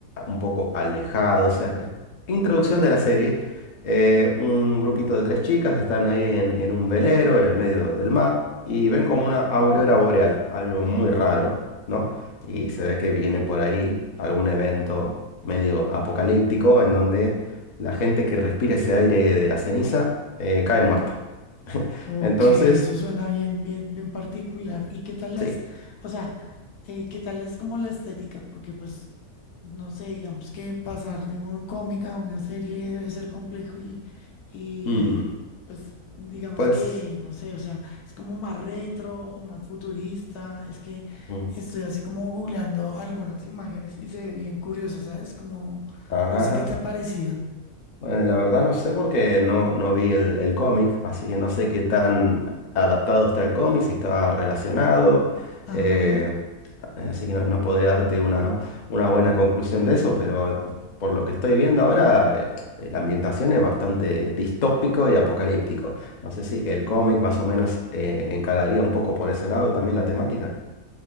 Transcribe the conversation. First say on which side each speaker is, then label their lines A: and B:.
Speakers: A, on the left (about 55°); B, on the left (about 80°).
A: un poco alejado, o sea, es- introducción de la serie. Eh, un grupito de tres chicas están ahí en, en un velero, en el medio del mar, y ven como una aurora boreal, algo muy raro, ¿no? Y se ve que viene por ahí algún evento medio apocalíptico en donde la gente que respire ese aire de la ceniza eh, cae muerta.
B: Ok,
A: Entonces,
B: eso suena bien, bien, bien particular. ¿Y qué tal las,
A: sí.
B: o sea, eh, qué tal es como la estética? Porque pues, no sé, digamos que pasar de un cómic a una serie debe ser complejo y, y
A: mm,
B: pues, digamos
A: <clears throat> Pues...
B: que, no sé, o sea, es como más retro o más futurista. Es que
A: mm,
B: estoy así como googleando algunas imágenes y se ve bien curioso, ¿sabes? Como,
A: Ajá.
B: no sé qué te ha parecido.
A: Bueno, la verdad no sé porque no, no vi el, el cómic, así que no sé qué tan adaptado está el cómic, si está relacionado. eh,
B: Ajá.
A: así que no, no podría darte una, una buena conclusión de eso, pero ah, por lo que estoy viendo ahora, eh, la ambientación es bastante distópico y apocalíptico. No sé si el cómic más o menos eh, encararía un poco por ese lado también la temática.